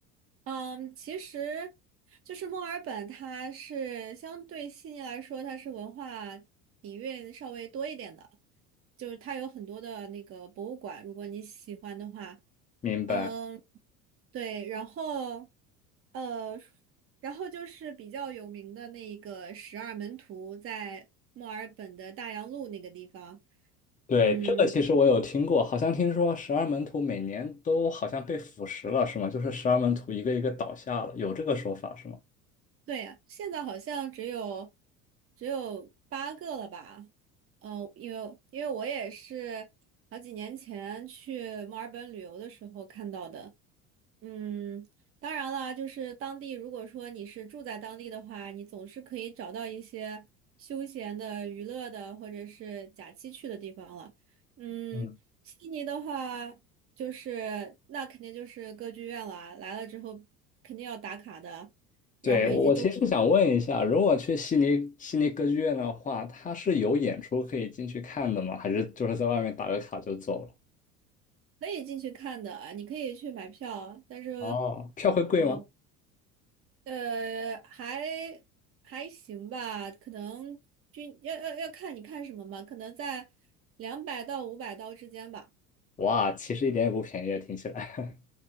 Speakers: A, on the right (about 30°); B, on the left (about 15°).
A: 嗯，其实就是墨尔本，它是相对悉尼来说，它是文化底蕴稍微多一点的，就是它有很多的那个博物馆，如果你喜欢的话。
B: 明白。
A: 嗯，对，然后，呃，然后就是比较有名的那个十二门徒，在墨尔本的大洋路那个地方，
B: 对，
A: 嗯。
B: 这个其实我有听过，好像听说十二门徒每年都好像被腐蚀了，是吗？就是十二门徒一个一个倒下了，有这个说法是吗？
A: 对呀，现在好像只有只有八个了吧？嗯、因为因为我也是好几年前去墨尔本旅游的时候看到的。嗯，当然啦，就是当地如果说你是住在当地的话，你总是可以找到一些休闲的、娱乐的或者是假期去的地方了。嗯，
B: 嗯。
A: 悉尼的话，就是那肯定就是歌剧院啦，来了之后肯定要打卡的。然后以及周。
B: 对，我我其实想问一下，如果去悉尼悉尼歌剧院的话，它是有演出可以进去看的吗？还是就是在外面打个卡就走了？
A: 可以进去看的，你可以去买票，但是，
B: 哦，票会贵吗？
A: 我呃，还还行吧，可能均要要要看你看什么嘛，可能在两百到五百刀之间吧。
B: 哇，其实一点也不便宜啊，听起来。<laughs>